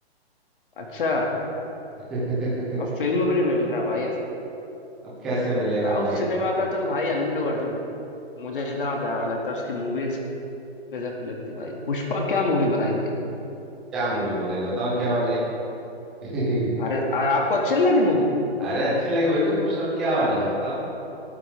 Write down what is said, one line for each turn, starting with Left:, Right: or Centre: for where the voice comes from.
Left: अच्छा
Centre: <laughs>
Left: अब फिल्म भी नहीं मिल रहा भाई अब
Centre: अब कैसे मिलेगा
Left: साउथ
Centre: भाई
Left: सिनेमा का तो भाई अल्लू अर्जुन मुझे इतना प्यारा लगता है उसकी मूवीज गजब की लगती है भाई पुष्पा क्या मूवी बनाई भाई
Centre: क्या मूवी बनाई बताओ क्या बनाई <laughs>
Left: अरे अरे आपको अच्छी नहीं लगी मूवी
Centre: अरे अच्छी लगी वही तो पूछ रहा हूँ क्या बनाई बताओ